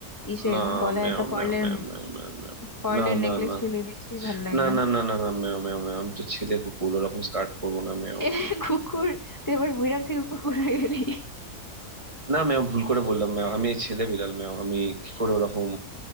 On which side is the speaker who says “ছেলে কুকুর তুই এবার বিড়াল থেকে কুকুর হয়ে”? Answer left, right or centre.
Left